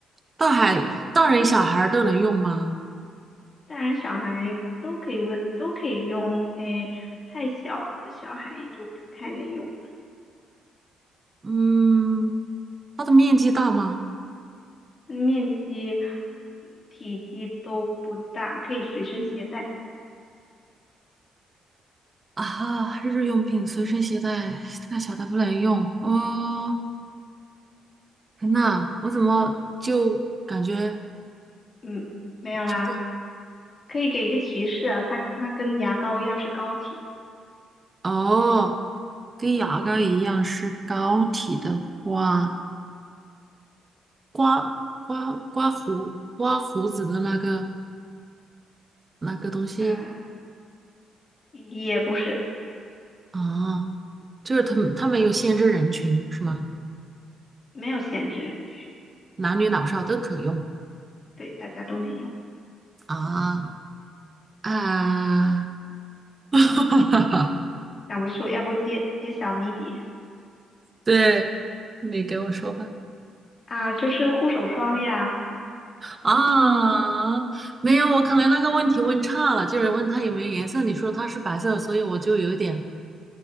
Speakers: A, on the right (about 25°); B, on the left (about 40°).
A: 大海大人小孩儿都能用吗？
B: 大人小孩都可以问，都可以用。哎，太小的小孩就不太能用，
A: 嗯。它的面积大吗？
B: 它的面积、嗯体积都不大，可以随身携带。
A: 啊，日用品随身携带，太小它不能用。哦，天呐，我怎么就感觉
B: 嗯，没有啦，
A: 这种
B: 可以给一个提示啊，它它跟牙膏一样是膏体，
A: 哦，跟牙膏一样是膏体的话，刮刮刮胡刮胡子的那个那个东西
B: 嗯、也不是，
A: 啊，就是他们他们有限制人群是吗？
B: 没有限制人群，
A: 男女老少都可用
B: 对，大家都能用。
A: 啊啊，<laughs>
B: 想不出，要不揭揭晓谜底
A: 对，你给我说吧。
B: 啊，就是护手霜呀，
A: 啊，没有，我可能那个问题问差了，就是问它有没有颜色，你说它是白色，所以我就有一点，